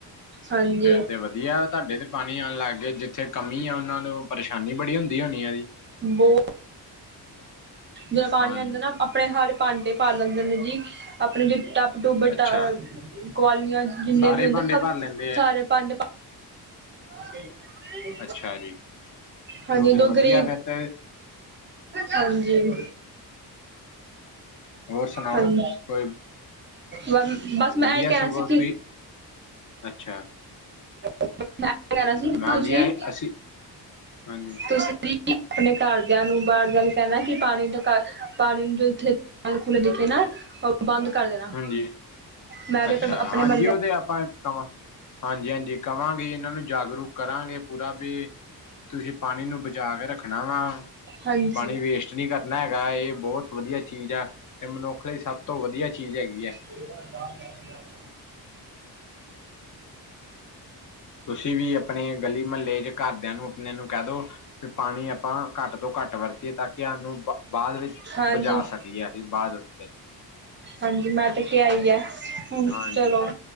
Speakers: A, on the right; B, on the left.
A: ਹਾਂਜੀ।
B: ਫੇਰ ਤੇ ਵਧੀਆ, ਤਾਡੇ ਤੇ ਪਾਣੀ ਆਉਣ ਲੱਗ ਗਿਆ। ਜਿੱਥੇ ਕਮੀ ਆ, ਉਹਨਾਂ ਨੂੰ ਪਰੇਸ਼ਾਨੀ ਬੜੀ ਹੁੰਦੀ ਹੋਣੀ ਹੈ ਜੀ।
A: <inaudible> ਬੋ ਜਦੋਂ ਪਾਣੀ
B: ਹਾਂਜੀ
A: ਆਂਦਾ ਨਾ, ਆਪਣੇ ਸਾਰੇ ਭਾਂਡੇ ਪਾਰ ਲੈਂਦੇ ਨੇ ਜੀ, ਆਪਣੇ ਜਿਦਾਂ ਟੁਅਬਲ
B: ਅੱਛਾ
A: <unintelligible> ਕੁਆਲਨੀਆਂ, ਜਿੰਨੇ
B: ਸਾਰੇ
A: ਵੀ ਹੁੰਦੇ
B: ਭਾਂਡੇ
A: ਸਭ
B: ਭਰ ਲੈਂਦੇ
A: ਸਾਰੇ
B: ਆ
A: ਭਾਂਡੇ ਭੇ <inaudible>
B: ਅੱਛਾ ਜੀ ਚਲੋ
A: ਹਾਂਜੀ
B: ਫਿਰ
A: ਡੋਗਰੇ
B: ਵਧੀਆ ਫਿਰ ਤੇ
A: ਹਾਂਜੀ <inaudible>
B: ਹੋਰ ਸੁਣਾਓ
A: ਹਾਂਜੀ,
B: ਕੋਈ
A: ਬਸ-ਬਸ ਮੈਂ
B: ਵਧੀਆ
A: ਇਹਹੀ ਕਹਿਣਾ
B: ਸਗੋਂ
A: ਸੀ
B: ਤੁਸੀਂ
A: ਕਿ
B: ਅੱਛਾ।
A: <inaudible> ਮੈਂ ਕਹਿਣਾ ਸੀ
B: ਹਾਂਜੀ
A: ਤੁਸੀਂ,
B: ਇਹ ਅਸੀਂ ਹਾਂਜੀ
A: ਤੁਸੀਂ ਆਪਣੇ ਘਰਦਿਆਂ ਨੂੰ ਬਾਹਰਦਿਆਂ ਨੂੰ ਕਹਿਣਾ, ਕਿ ਪਾਣੀ ਦਾ ਪਾਣੀ ਨੂੰ ਜੋ ਇੱਥੇ ਨਲ ਖੁਲੇ ਦਿਖੇ ਨਾ ਬੰਦ ਕਰ ਦੇਣਾ
B: ਹਾਂਜੀ,
A: ਮੈਂ ਵੀ
B: ਅੱਛਾ
A: ਆਪਣੇ
B: ਹਾਂਜੀ,
A: ਮਹੱਲੇ
B: ਉਹਦੇ ਆਪਾਂ ਹਾਂਜੀ ਹਾਂਜੀ, ਕਵਾਂਗੇ ਇਹਨਾਂ ਨੂੰ ਜਾਗਰੂਕ ਕਰਾਂਗੇ ਪੂਰਾ ਵੀ, ਤੁਸੀਂ ਪਾਣੀ ਨੂੰ ਬਚਾ ਕੇ ਰੱਖਣਾ ਵਾ।
A: ਹਾਂਜੀ
B: ਪਾਣੀ ਵੇਸਟ ਨਹੀਂ ਕਰਨਾ ਹੈਗਾ। ਇਹ ਬਹੁਤ ਵਧੀਆ ਚੀਜ਼ ਆ, ਇਹ ਮਨੁੱਖ ਲਈ ਸਭ ਤੋਂ ਵਧੀਆ ਚੀਜ਼ ਹੈਗੀ ਹੈ।
A: ਹਾਂ।
B: ਤੁਸੀਂ ਵੀ ਆਪਣੇ ਗਲੀ-ਮਹੱਲੇ 'ਚ, ਘਰਦਿਆਂ ਨੂੰ ਆਪਣੇ ਨੂੰ ਕਹਿ ਦੋ ਵੀ ਪਾਣੀ ਆਪਾਂ, ਘੱਟ ਤੋਂ ਘੱਟ ਵਰਤੀਏ ਤਾਂ ਨੂੰ ਬਾਅਦ ਵਿੱਚ
A: ਹਾਂਜੀ
B: ਬਚਾ ਸਕੀਏ ਸੀਂ, ਬਾਅਦ ਵਿੱਚ।
A: ਹਾਂਜੀ ਮੈਂ ਤੇ ਕੇ ਕਿਹਾ ਈ ਏ, ਹੁਣ
B: ਹਾਂਜੀ
A: ਚਲੋ